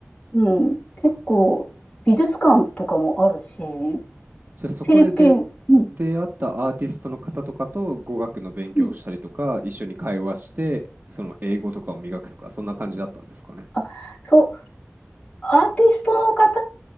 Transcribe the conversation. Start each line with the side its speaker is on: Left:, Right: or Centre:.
Left: うん、結構美術館とかもあるし、フ
Right: じゃあそこでで
Left: ィリピン、うん、
Right: 出会ったアーティストの方とかと語学の勉強をしたりとか、
Left: うん、
Right: 一緒に会話して、その英語とかを磨くとか、そんな感じだったんですかね。
Left: あ、そう、アーティストの方